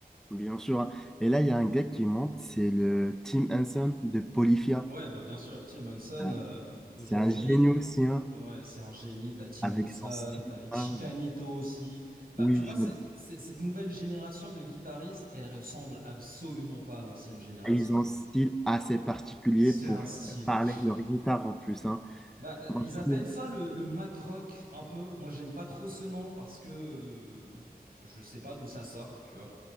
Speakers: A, in the centre; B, on the right.
A: Bien sûr. hein. Et là, il y a un gars qui monte, c'est le Tim Henson de Polyphia.
B: Ouais, bah bien sûr, Tim Henson,
A: Ah,
B: euh, aujourd'hui,
A: C'est un génie aussi, hein,
B: Ouais, c'est un génie. T'as Tim
A: avec
B: Henson,
A: son style.
B: t'as Ichika
A: Ah,
B: Nito aussi. Bah,
A: oui,
B: tu vois, c'est,
A: j'aime.
B: c'est- cette nouvelle génération de guitaristes, elle ressemble absolument pas à l'ancienne génération.
A: Ils ont un style assez particulier
B: C'est
A: pour
B: un style.
A: parler
B: pff.
A: de leur guitare en plus. hein.
B: Bah, euh,
A: Moi,
B: ils appellent
A: je trouve
B: ça le, le mat rock un peu. Moi, j'aime pas trop ce nom parce que euh, je sais pas d'où ça sort, tu vois.